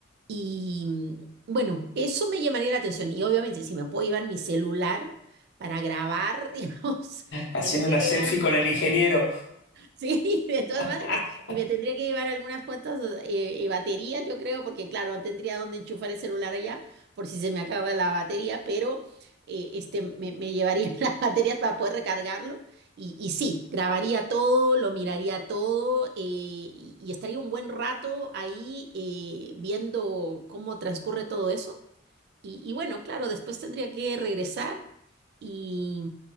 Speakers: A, on the right; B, on the left.
A: Y mm, bueno, eso me llamaría la atención. Y obviamente, si me puedo llevar mi celular para grabar, <laughs> digamos,
B: Haciendo
A: me tendría
B: una
A: que
B: selfie
A: llevar
B: con el ingeniero.
A: Sí, <laughs> de todas
B: <laughs>
A: maneras. Y me tendría que llevar algunas cuantas eh, eh, baterías, yo creo, porque claro, no tendría dónde enchufar el celular allá por si se me acaba la batería, pero eh, este, me, me llevaría <laughs> las baterías para poder recargarlo. Y, y sí, grabaría todo, lo miraría todo eh, y, y estaría un buen rato ahí eh, viendo cómo transcurre todo eso. Y, y bueno, claro, después tendría que regresar y,